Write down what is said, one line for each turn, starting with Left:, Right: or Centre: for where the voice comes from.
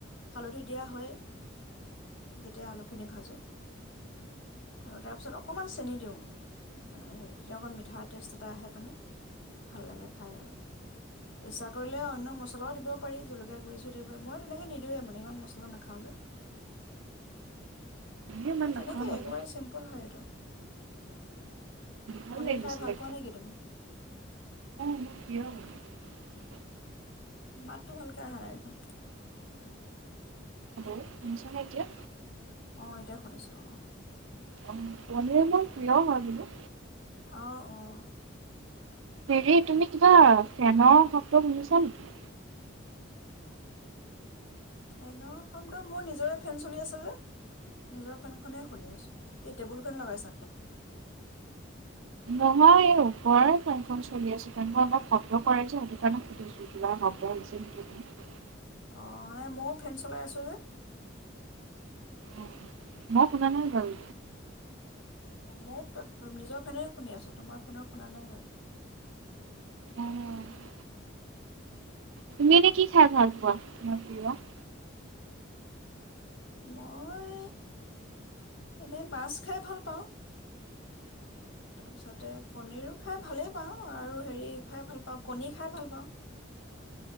Left: হালধী দিয়া হয়, যেতিয়া আলু খিনি ভাঁজো। আৰু তাৰপিছত অকণমান চেনি দিওঁ, মানে হেৰি তেতিয়া অকণ মিঠা টেষ্ট এটা আহে মানে, ভাল লাগে খাই আৰু। ইচ্ছা কৰিলে অন্য মছলাও দিব পাৰি জলকীয়া গুড়ি <unintelligible> মই তেনেকে নিদোয়ে মানে ইমান মস মই নাখাঁও যে,
Right: ইমান
Left: সেই
Right: নাখাওঁ
Left: তেনেকে
Right: বাৰু
Left: একেবাৰে চিম্পুল হয় এইটো।
Right: ভাল
Left: পনীৰ
Right: লাগিছিলে
Left: খাই ভাল পোৱা নেকি তুমি?
Right: মুখিম <unintelligible>
Left: মাতটো ভালকে অহা নাই দেখোন।
Right: হেল্ল', শুনিছা নে এতিয়া।
Left: অ' এতিয়া শুনিছোঁ অ।
Right: অ' পনীৰ মোৰ প্ৰিয় হয় বোলো।
Left: অ' অ'।
Right: হেৰি
Left: তাকে
Right: তুমি কিবা ফেনৰ শব্দ শুনিছা নেকি?
Left: ফেনৰ শব্দ মোৰ নিজৰে ফেন চলি আছে যে নিজৰ ফেনখনেহ শুনি আছো কি টেবুলখনন লগাইছা নেকি?
Right: নহয় এই ওপৰৰ ফেনখন চলি আছে কেন্ত মই অলপ শব্দ কৰেই যে সেইটো কাৰণে সুধিছো কিবা শব্দ আহিছে নেকি।
Left: অ' ময়ো ফেন্ চলাই আছো যে
Right: অ', মই শুনা নাই বাৰু।
Left: মই নিজৰ ফেনেৰে শুনি আছো তোমাৰ ফেনৰ শুনা নাই বাৰু
Right: অ', তুমি এনে কি খাই ভাল পোৱা? ন পা <unintelligible>
Left: মই এনে মাছ খাই ভাল পাওঁ। তাৰ পিছতে পনিৰো খাই ভালেই পাওঁ আৰু হেৰি খাই ভাল পাওঁ, কণী খাই ভাল পাওঁ।